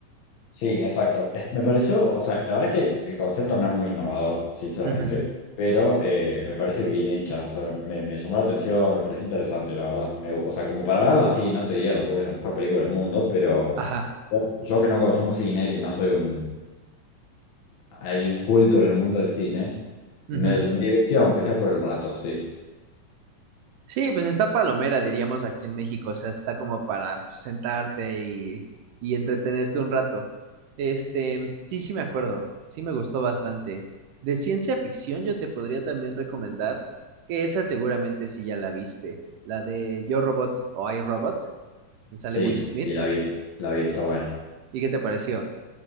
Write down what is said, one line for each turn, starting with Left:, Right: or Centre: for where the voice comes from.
Left: Sí, exacto. Es- Me pareció, o sea, la verdad que el concepto no es muy innovador, sinceramente,
Right: Ujú.
Left: pero eh, me parece bien hecha, o sea, me, me- me llamó la atención, me pareció interesante, la verdad. Me gu- o sea, como para verla, sí, no te diría tampoco que es la mejor película del mundo, pero
Right: Ajá.
Left: yo, yo que no consumo cine, que no soy un alguien culto en el mundo del cine,
Right: Ujú.
Left: me, me divirtió, aunque sea por el rato, sí.
Right: Sí, pues está palomera, diríamos aquí en México, o sea, está como para pues, sentarte y, y entretenerte un rato. Este, sí, sí me acuerdo, sí me gustó bastante. De ciencia ficción yo te podría también recomendar que esa seguramente sí ya la viste, la de Yo Robot o I Robot, que sale
Left: Sí,
Right: Will Smith.
Left: y la vi, la vi, está buena.
Right: ¿Y qué te pareció?